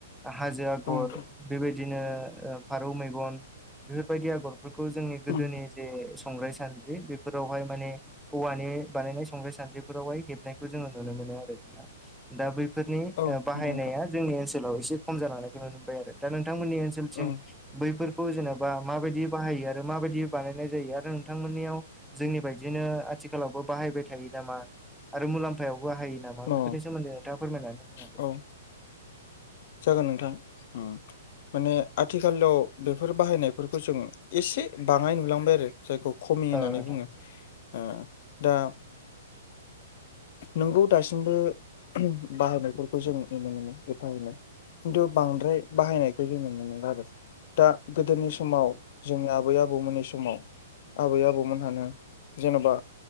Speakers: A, in the centre; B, on the left.
A: हाजो आगर
B: नोंथां
A: बेबायदिनो फारौ मेगन बेफोरबायदि आगरफोरखौ जोंनि गोदोनि
B: उम
A: जे संग्राय सान्द्रि बेफोराव वहाय माने औवानि बानायनाय संग्राय सानद्रिफोरावहाय हेबनायखौ जोङो नुनो मोनो आरो नोंथां दा बैफोरनि
B: औ
A: बाहायनाया
B: नंगौ नोंथां
A: जोंनि ओनसोलाव एसे खम जांनायखौ नुनो मोनबाय आरो दा नोंथांमोननि ओनसोल थिं
B: उम
A: बैफोरखौ जेनेबा माबायदि बाहायो आरो माबायदि बानायनाय जायो आरो नोंथांमोननियाव जोंनि बायदिनो आथिखालावबो बाहायबाय थायो नामा? आरो मुलाम्फायावबो बाहायो नामा
B: औ
A: बेफोरनि सोमोन्दै नोंथाङा फोरमायनानै होनो हागोन
B: औ
A: नामा?
B: जागोन नोंथां ओम माने आथिखालाव बेफोर बाहायनायफोरखौ जों एसे बाङाय नुलांबाय आरो जायखौ खमि होननानै
A: औ नोंथां
B: बुङो ओ दा नोंगौ दासिमबो बाहायनायफोरखौ जों नुनो मोनो <unintelligible> खिन्थु बांद्राय बाहायनायखौ जों नुनो मोनला आरो दा गोदोनि समाव जोंनि आबै आबौमोननि समाव आबै आबौमोनहानो जेन'बा